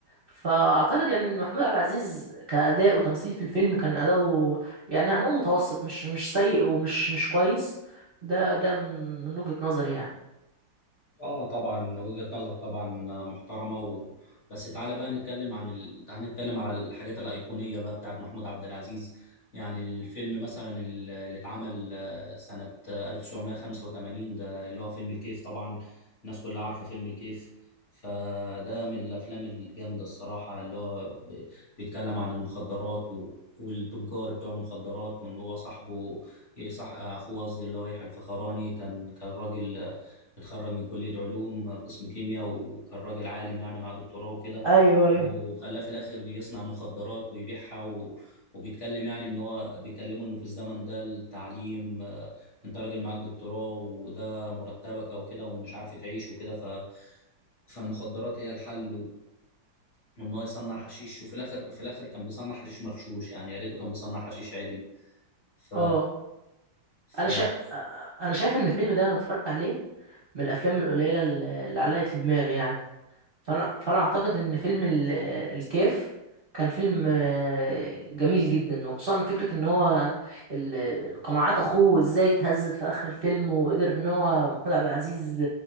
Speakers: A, on the right; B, on the left.
A: فاعتقد يعني ان محمود عبد العزيز كاداء وتمثيل في الفيلم كان اداؤه يعني هنقول متوسط مش مش سيء ومش مش كويس ده ده من من وجهة نظري يعني
B: اه طبعا وجهة نظر طبعا محترمة و... بس تعالى بقى نتكلم عن ال... تعالى نتكلم على الحاجات الأيقونية بقى بتاعت محمود عبد العزيز يعني الفيلم مثلا ال- اللي اتعمل آه، سنة آه، 1985 ده اللي هو فيلم الكيف طبعا الناس كلها عارفة فيلم الكيف فده من الأفلام الجامدة الصراحة اللي هو ب... بيتكلم عن المخدرات و... والتجار بتوع المخدرات وان هو صاحبه صح اخوه قصدي اللي هو يحيى الفخراني كان كان راجل اتخرج من كلية علوم قسم كيمياء وكان راجل عالم يعني مع دكتوراه وكده
A: ايوه
B: وخلاه
A: ايوه
B: في الآخر يصنع مخدرات ويبيعها و... وبيتكلم يعني ان هو بيكلمه انه في الزمن ده التعليم آه، انت راجل معاك دكتوراه وده مرتبك او كده ومش عارف تعيش وكده ف... فالمخدرات هي الحل و... وان هو يصنع حشيش وفي الاخر في الاخر كان بيصنع حشيش مغشوش يعني يا ريته كان بيصنع حشيش عدل ف...
A: اه
B: ف...
A: انا شا... انا شايف ان الفيلم ده انا اتفرجت عليه من الافلام القليله اللي اللي علقت في دماغي يعني فانا فانا اعتقد ان فيلم ال- الكيف كان فيلم آه، جميل جدا وخصوصا فكرة ان هو ال- القناعات اخوه ازاي اتهزت في اخر الفيلم وقدر ان هو محمود عبد العزيز